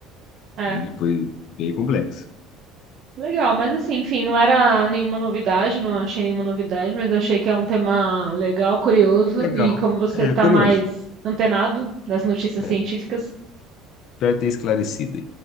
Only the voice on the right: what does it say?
É.
Legal, mas assim, enfim, não era nenhuma novidade, não achei nenhuma novidade, mas achei que é um tema legal, curioso,
e como você
está
mais antenado das notícias
científicas,